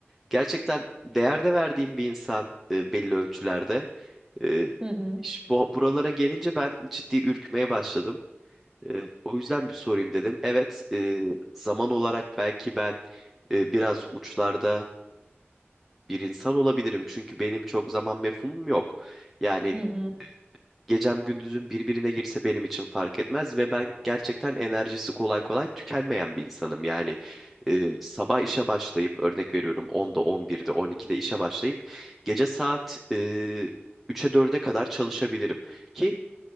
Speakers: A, in the centre; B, on the right (about 20°).
A: Gerçekten değerde verdiğim bir insan e, belli ölçülerde. E,
B: Hı hı,
A: iş- bu, buralara gelince ben ciddi ürkmeye başladım. E, o yüzden bir sorayım dedim. Evet, e, zaman olarak belki ben e, biraz uçlarda bir insan olabilirim. Çünkü benim çok zaman mefhumum yok. Yani
B: hı hı.
A: gecem gündüzüm birbirine girse benim için fark etmez ve ben gerçekten enerjisi kolay kolay tükenmeyen bir insanım. Yani e, sabah işe başlayıp örnek veriyorum 10'da 11'de 12'de işe başlayıp gece saat e, 3'e 4'e kadar çalışabilirim ki